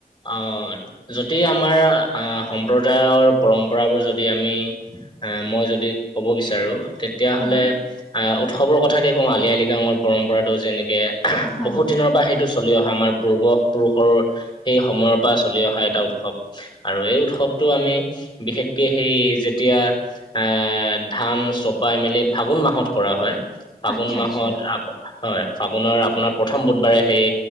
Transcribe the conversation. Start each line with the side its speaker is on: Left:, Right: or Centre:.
Left: আঁহ, যদি আমাৰ আঁহ সম্প্ৰদায়ৰ পৰম্পৰাবোৰ যদি আমি অঁ মই যদি ক'ব বিচাৰো। তেতিয়া হ'লে,
Centre: হয়
Left: অঁ উৎসৱৰ কথাকে কওঁ আলি আই লৃগাং পৰম্পৰাটো যেনেকে
Centre: হয়
Left: বহুত
Centre: হয়
Left: দিনৰ পৰা সেইটো চলি অহা আমাৰ পূৰ্ব পুৰুষৰ সেই সময়ৰ পৰা চলি অহা এটা উৎসৱ। আৰু এই উৎসৱটো আমি বিশেষকে সেই যেতিয়া এ ধান চপাই মেলি ফাগুন মাহত কৰা হয়, ফাগুন
Centre: আচ্ছা
Left: মাহত
Centre: আচ্ছা
Left: আপ হয়, ফাগুনৰ আপোনাৰ প্ৰথম বুধবাৰে সেই